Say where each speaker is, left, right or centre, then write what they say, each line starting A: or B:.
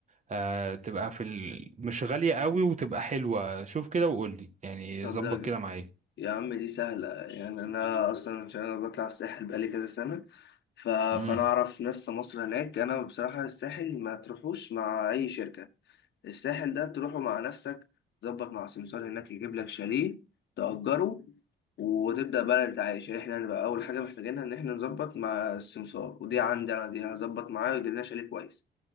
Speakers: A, on the right; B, on the left.
A: آه تبقى في ال... مش غالية قوي وتبقى حلوة شوف كده وقول لي يعني
B: طب
A: ظبط
B: ده
A: كده معايا
B: يا عم دي سهلة يعني أنا أصلا عشان أنا بطلع الساحل بقالي كذا سنة ف... فأنا
A: مم.
B: أعرف ناس مصر هناك أنا بصراحة الساحل ما تروحوش مع أي شركة الساحل ده تروحه مع نفسك تظبط مع سمسار هناك يجيب لك شاليه تأجره وتبدأ بقى أنت عايش يعني إحنا هنبقى أول حاجة محتاجينها إن إحنا نظبط مع السمسار ودي عندي أنا دي هظبط معاه ويجيب لنا شاليه كويس